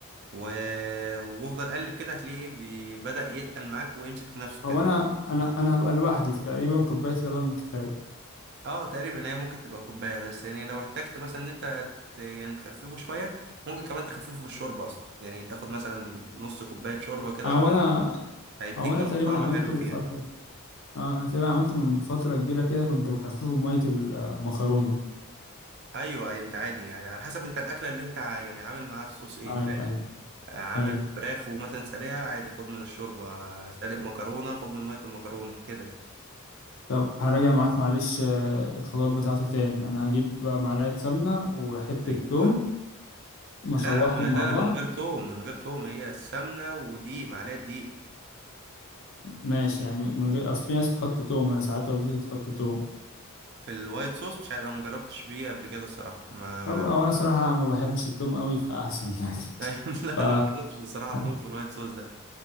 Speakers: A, on the right; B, on the left.
A: و... وافضل قلب كده هتلاقيه ايه بي- بدأ يتقل معاك ويمسك في نفسه كده
B: هو انا انا انا هبقى لوحدي فتقريبا كوبايه لبن كفايه
A: اه تقريبا هي ممكن تبقى كوبايه بس يعني لو احتجت مثلا ان انت ت- يعني تخففه شويه ممكن كمان تخففه بالشوربه اصلا يعني تاخد مثلا نص كوبايه شوربه كده
B: او
A: ولا
B: انا
A: هيديك
B: هو انا
A: برضه
B: تقريبا
A: طعم
B: عملته
A: حلو فيها
B: فتره آه، انا تقريبا عملته من فتره كبيره كده كنت بخففه بميه المكرونه
A: ايوه أيوة، انت عادي يعني على حسب انت الاكله اللي انت ع- يعني عامل معاها الصوص ايه
B: ايوه
A: فاهم
B: ايوه
A: آه، عامل
B: ايوه
A: فراخ ومثلا سلقه عادي خد من الشوربه آه، سالق مكرونه خد من ميه المكرونه كده
B: طب هراجع معاك معلش آه، الخطوات بتاعته تاني انا هجيب معلقه سمنه وحته
A: ايوه
B: توم واشوحهم
A: لا لا م-
B: مع
A: لا لا
B: بعض
A: من غير توم من غير توم هي السمنه ودقيق معلقه دقيق
B: ماشي يعني من غير اصل في ناس بتحط توم انا ساعات والدتي بتحط توم
A: في الوايت صوص مش عارف انا مجربتش بيه قبل كده الصراحه ما
B: طب هو انا صراحه ما بحبش التوم قوي فاحسن يعني
A: ايوه
B: <laughs>
A: <laughs> لا
B: ف
A: لو جربتش الصراحه توم
B: <laughs>
A: في الوايت صوص ده